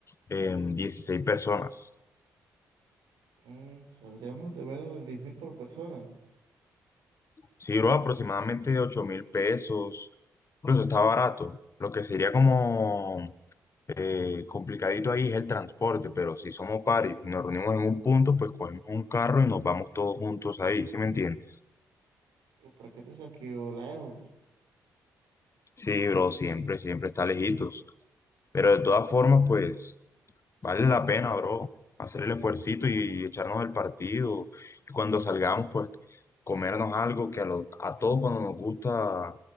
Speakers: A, on the left (about 45°); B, on the right (about 80°).
A: eh, 16 personas.
B: Mm, saldríamos de menos de diez mil por persona.
A: Sí, bro, aproximadamente ocho mil pesos, incluso está barato. Lo que sería como eh, complicadito ahí es el transporte, pero si somos varios, nos reunimos en un punto, pues cogemos un carro y nos vamos todos juntos ahí, ¿sí me entiendes?
B: Uy, ¿Para qué tú sabes que yo lejos?
A: Sí, bro, siempre, siempre está lejitos. Pero de todas formas, pues, vale la pena, bro, hacer el esfuercito y echarnos el partido. Y cuando salgamos, pues, comernos algo que a, lo- a todos cuando nos gusta